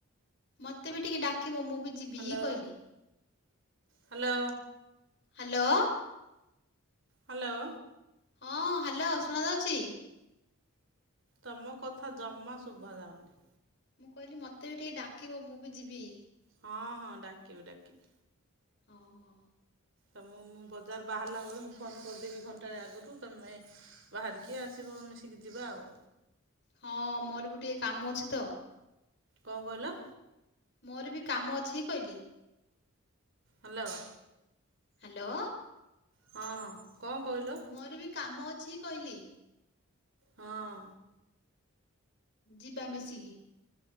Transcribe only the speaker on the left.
ମତେ ବି ଟିକେ ଡାକିବ ମୁଁ ବି ଯିବି
କହିଲି
ହ୍ୟାଲୋ।
ହଁ ହ୍ୟାଲୋ ଶୁଣାଯାଉଛି।
ମୁଁ କହିଲି ମତେ ବି ଟିକେ ଡାକିବ ମୁଁ ବି ଯିବି।
ଓହୋ।
ହଁ ମୋର ବି ଟିକେ କାମ ଅଛି ତ।
ମୋର ବି କାମ ଅଛି କହିଲି।
ହ୍ୟାଲୋ।
ମୋର ବି କାମ ଅଛି କହିଲି।
ଯିବା ମିଶିକି।